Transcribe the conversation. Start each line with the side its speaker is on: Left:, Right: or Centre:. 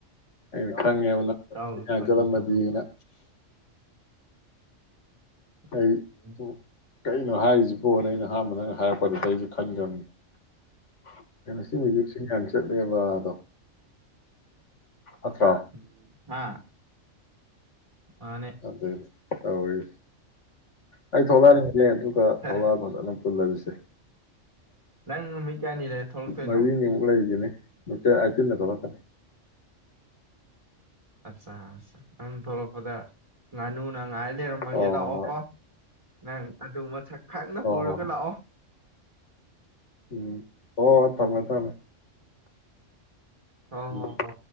Left: ꯑꯩꯅ ꯈꯪꯉꯦꯕ ꯅꯪ
Right: ꯇꯥꯎ
Left: ꯆꯤꯡ ꯌꯥꯝ
Right: ꯐꯥꯒꯤ
Left: ꯆꯠꯂꯝꯃꯗꯤꯅ
Right: ꯇꯧꯅꯤ
Left: ꯍꯣꯏ
Right: ꯎꯝ
Left: ꯎꯃ ꯀꯩꯅꯣ ꯍꯥꯏꯔꯤꯁꯤꯕꯣ ꯅꯪꯅ ꯑꯍꯥꯟꯕꯅꯤꯅꯦ ꯍꯥꯏꯔꯛꯄꯗꯨꯗ ꯑꯩꯁ ꯈꯟꯈ꯭ꯔꯕꯅꯤ ꯁꯤ ꯍꯧꯖꯤꯁꯤꯡ
Right: ꯎꯝ
Left: ꯌꯥꯝ ꯆꯠꯂꯦꯕꯥꯗꯣ ꯑꯆꯥꯥ
Right: ꯎꯝ ꯍꯥ ꯃꯥꯅꯦ
Left: ꯑꯗꯨꯗ ꯐꯥꯔꯦ ꯑꯩ ꯊꯣꯛꯂꯛꯅꯤ ꯑꯦ ꯑꯗꯨꯒ
Right: ꯍꯦ
Left: ꯊꯣꯛꯂꯛꯑꯒ ꯑꯗꯨꯝ ꯄꯨꯟꯂꯕꯤꯁꯦ
Right: ꯅꯪ ꯅꯨꯃꯤꯠ ꯀꯌꯥꯅꯤ ꯂꯩꯔꯒ ꯊꯣꯛꯂꯇꯣꯏꯅꯣ
Left: ꯃꯔꯤꯅꯤꯃꯨꯛ ꯂꯩꯈꯤꯅꯤ ꯗꯦꯠ ꯑꯥꯢꯇꯤꯟꯗ ꯊꯣꯛꯂꯛꯀꯅꯤ
Right: ꯑꯆꯥ ꯆꯥ ꯅꯪ ꯊꯣꯛꯂꯛꯄꯗ ꯉꯥꯅꯨꯅ ꯉꯥꯏ ꯂꯩꯔꯝꯃꯒꯦ
Left: ꯍꯣꯏ
Right: ꯂꯥꯛꯑꯣꯀꯣ ꯅꯪ ꯑꯗꯨ ꯃꯁ ꯈꯪꯅ
Left: ꯍꯣꯏ
Right: ꯄꯨꯔꯒ
Left: ꯍꯣꯏ ꯍꯣꯏ
Right: ꯂꯥꯛꯑꯣ
Left: ꯍꯣꯏ ꯎꯝ ꯍꯣꯏ ꯍꯣꯏ ꯊꯝꯃꯦ ꯊꯝꯃꯦ
Right: ꯍꯣ
Left: ꯎꯝ
Right: ꯍꯣ ꯍꯣ